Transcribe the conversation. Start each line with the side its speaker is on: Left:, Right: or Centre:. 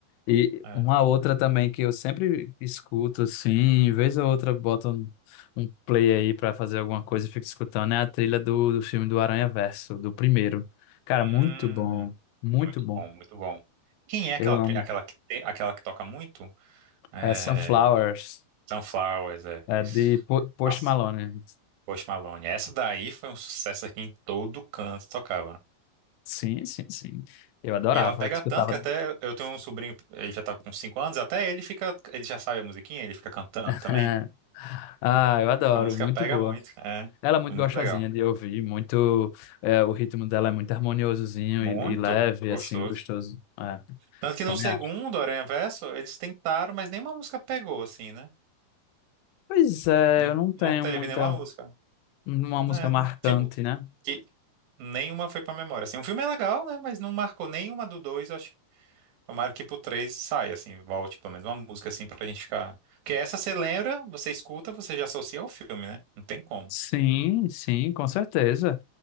Left: E
Right: É.
Left: uma outra também que eu sempre escuto, assim, vez ou outra boto um, um play aí pra fazer alguma coisa e fico escutando, é a trilha do, do filme do Aranha-Verso, do primeiro. Cara, muito
Right: Hum,
Left: bom, muito
Right: muito
Left: bom.
Right: bom, muito bom. Quem é aquela,
Left: Eu amo.
Right: pri- aquela, que, tem- aquela que toca muito? É,
Left: É Sunflowers,
Right: Sunflowers, é,
Left: é
Right: isso.
Left: de Po- Post
Right: Nossa,
Left: Malone.
Right: Post Malone. Essa daí foi um sucesso aqui em todo canto, tocava.
Left: Sim, sim, sim. Eu adorava,
Right: E ela pega
Left: eu escutava.
Right: tanto que até eu tenho um sobrinho, ele já tá com 5 anos, até ele fica, ele já sabe a musiquinha, ele fica cantando
Left: <laughs>
Right: também.
Left: Ah,
Right: É.
Left: eu adoro,
Right: A música
Left: muito
Right: pega
Left: boa.
Right: muito, é,
Left: Ela é muito
Right: é muito
Left: gostosinha
Right: legal.
Left: de ouvir, muito, é, o ritmo dela é muito harmoniosozinho
Right: Muito
Left: e, e leve,
Right: gostoso.
Left: assim, gostoso. É,
Right: Tanto que no
Left: também
Right: segundo
Left: acho.
Right: Aranha Verso, eles tentaram, mas nenhuma música pegou, assim, né?
Left: Pois é,
Right: Não,
Left: eu não tenho
Right: não teve
Left: muita,
Right: nenhuma música.
Left: uma
Right: Né?
Left: música marcante,
Right: não- Tipo,
Left: né?
Right: que nenhuma foi pra memória. Assim, o filme é legal, né? Mas não marcou nenhuma do dois, acho Tomara que pro 3 saia, assim, volte pelo menos uma música assim pra gente ficar. Porque essa você lembra, você escuta, você já associa ao filme, né? Não tem como.
Left: Sim, sim, com certeza.